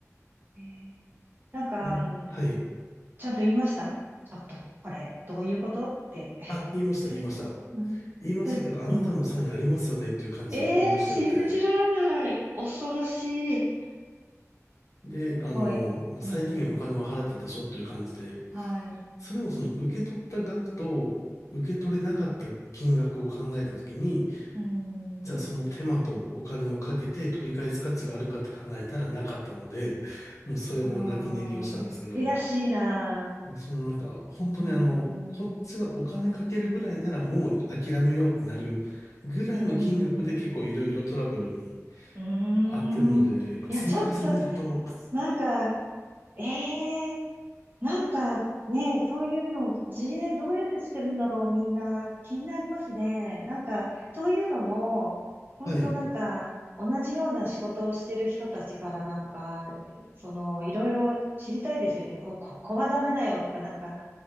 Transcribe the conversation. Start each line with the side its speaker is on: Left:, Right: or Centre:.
Right: ええ、なんか、
Left: でも、
Right: あの、
Left: はい。
Right: ちゃんと言いましたちょっと、これ、どういうことって。
Left: あ、言いました、
Right: <laughs>
Left: 言いました。
Right: うん、そうです。
Left: 言いましたけど、あなたのサインありますよねっていう感じのご利用者だって、
Right: うん。ええ、信じられない。恐ろしい。す
Left: で、あの、
Right: ごい。
Left: まあ、
Right: うん。
Left: 最低限お金は払ったでしょっていう感じで、
Right: はい。
Left: それもその受け取った額と受け取れなかった金額を考えたときに、
Right: うん。
Left: じゃあその手間とお金をかけて取り返す価値があるかって考えたらなかったので、もうそれも泣き寝入りをしたんですけど、
Right: ああ、悔しいな。
Left: もうそのなんか、本当にあの、
Right: うん。
Left: こっちがお金かけるぐらいならもう諦めようってなるぐらいの金額で結構いろいろトラブルに
Right: うん。うーん。
Left: 合ってるので、
Right: いや、
Left: 積み重ねると、
Right: ちょっと、なんか、ええなんかね、そういうの、自衛どうやってしてるんだろう、みんな。気になりますね。なんか、そういうのも、本当なんか、
Left: はい。
Right: 同じような仕事をしてる人たちからなんか、その、いろいろ知りたいですよね。こ、ここはダメだよとか、なんか、